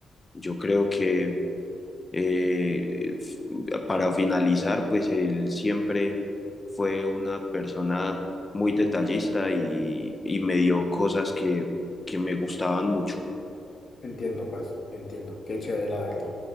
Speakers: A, on the left (about 25°); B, on the left (about 45°).
A: Yo creo que Eh, f- para finalizar, pues él siempre fue una persona muy detallista y, y me dio cosas que, que me gustaban mucho.
B: Entiendo, parce, entiendo. Qué chévere, la verdad.